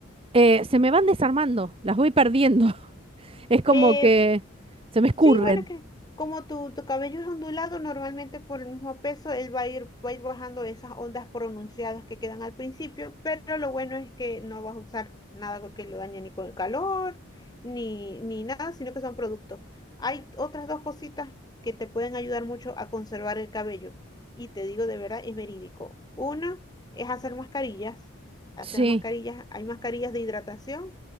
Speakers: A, on the right (about 25°); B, on the left (about 20°).
A: eh, se me van desarmando, las voy perdiendo. <laughs> Es como
B: Eh,
A: que se me escurren.
B: Sí, bueno, es que como tu, tu cabello es ondulado, normalmente por el mismo peso, él va a ir, va a ir bajando esas ondas pronunciadas que quedan al principio, pero lo bueno es que no vas a usar nada porque lo daña ni con el calor, ni, ni nada, sino que son productos. Hay otras dos cositas que te pueden ayudar mucho a conservar el cabello. Y te digo de verdad, es verídico. Una es hacer mascarillas. Hacer
A: Sí,
B: mascarillas, hay mascarillas de hidratación